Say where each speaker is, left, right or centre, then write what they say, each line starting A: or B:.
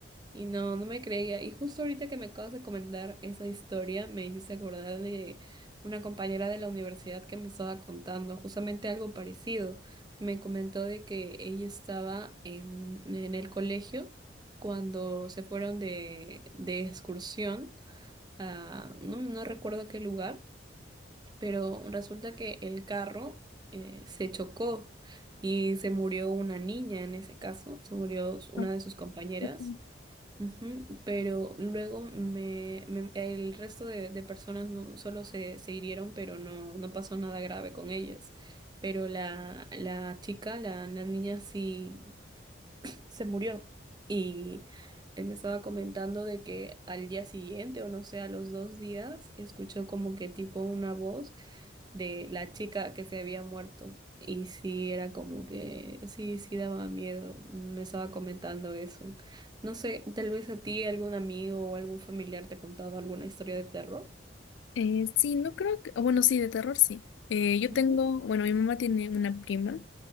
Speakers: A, on the right; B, on the left.
A: Y no, no me creía. Y justo ahorita que me acabas de comentar esa historia, me hiciste acordar de una compañera de la universidad que me estaba contando justamente algo parecido. Me comentó de que ella estaba en, en el colegio cuando se fueron de, de excursión a, no, no recuerdo qué lugar, pero resulta que el carro eh, se chocó y se murió una niña en ese caso, se murió una
B: no,
A: de sus compañeras.
B: qué fue.
A: Ujú, Pero luego me, me- el resto de, de personas no- solo se, se hirieron, pero no, no pasó nada grave con ellas. Pero la, la chica, la, la niña sí se murió. Y él me estaba comentando de que al día siguiente, o no sé, a los dos días, escuchó como que tipo una voz de la chica que se había muerto. Y sí, era como que, sí, sí daba miedo. Me estaba comentando eso. No sé, tal vez a ti algún amigo o algún familiar te ha contado alguna historia de terror.
B: Eh, sí, no creo que, o bueno, sí, de terror sí. Eh, yo
A: Ujú.
B: tengo, bueno, mi mamá tiene una prima.